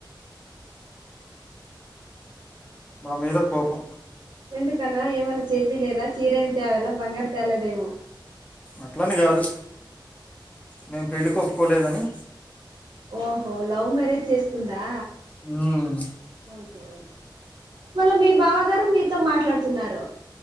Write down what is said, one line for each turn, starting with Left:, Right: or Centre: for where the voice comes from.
Left: మా మీద కోపం
Right: ఎందుకన్నా ఏమన్నా చేపి లేదా చీర ఏమి తేవాల బంగారం తేలేదేమో
Left: అట్లని కాదు మేము పెళ్ళికి ఒప్పుకోలేదని
Right: ఓహో లవ్ మ్యారేజ్ చేసుకుందా
Left: హుమ్
Right: ఓకే ఓకే మళ్ళ మీ బావ గారు మీతో మాట్లాడుతున్నారు